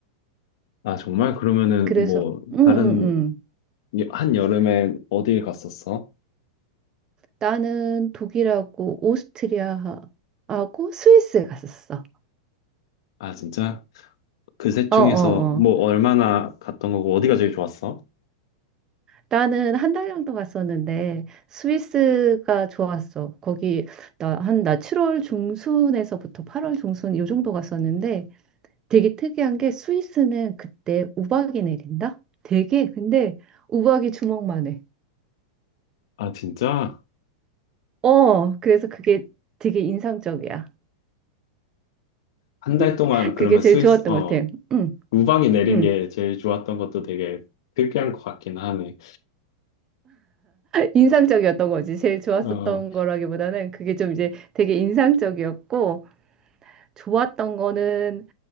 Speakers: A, on the left; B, on the right.
A: 아, 정말? 그러면은
B: 그래서
A: 뭐
B: 응응응.
A: 다른 한 여름에 어딜 갔었어?
B: 나는 독일하고 오스트리아하고 스위스 갔었어.
A: 아, 진짜? 그 셋 중에서
B: 어어어.
A: 뭐 얼마나 갔던 거고 어디가 제일 좋았어?
B: 나는 한 달 정도 갔었는데 스위스가 좋았어. 거기 나 한 나 7월 중순에서부터 8월 중순 요 정도 갔었는데 되게 특이한 게 스위스는 그때 우박이 내린다? 되게 근데 우박이 주먹만 해.
A: 아, 진짜?
B: 어, 그래서 그게 되게 인상적이야.
A: 한 달 동안
B: <laughs>
A: 그러면
B: 그게 제일
A: 스위스,
B: 좋았던
A: 어,
B: 것 같아. 응,
A: 우방이 내린
B: 응.
A: 게 제일 좋았던 것도 되게 특이한 것 같긴 하네.
B: 인상적이었던 거지. 제일 좋았었던
A: 어,
B: 거라기보다는 그게 좀 이제 되게 인상적이었고 좋았던 거는